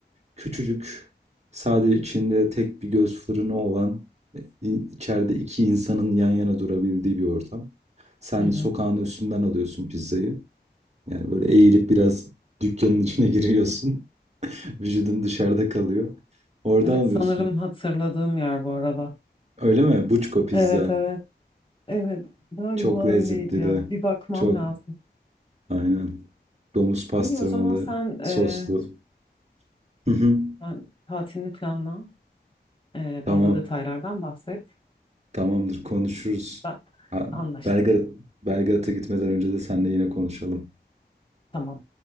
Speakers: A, on the right; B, on the left.
A: küçücük, sadece içinde tek bir göz fırını olan, e, i- içeride iki insanın yan yana durabildiği bir ortam. Sen
B: Hı hı.
A: sokağın üstünden alıyorsun pizzayı. Yani böyle eğilip biraz dükkanın içine <laughs> giriyorsun. Vücudun dışarıda kalıyor. Oradan
B: Evet
A: alıyorsun.
B: sanırım hatırladığım yer bu arada.
A: Öyle mi? Buçko pizza.
B: Evet evet. Evet, galiba
A: Çok lezzetli
B: öyleydi ya.
A: de,
B: Bir bakmam
A: Çok
B: lazım.
A: aynen. Domuz pastırmalı,
B: İyi o zaman sen,
A: soslu.
B: e,
A: Hı hı.
B: sen tatilini planla. E,
A: Tamam.
B: bana da detaylardan bahset.
A: Tamamdır konuşuruz.
B: Ben
A: Ha,
B: anlaştık.
A: Belgrad Belgrad'a gitmeden önce de seninle yine konuşalım.
B: Tamam.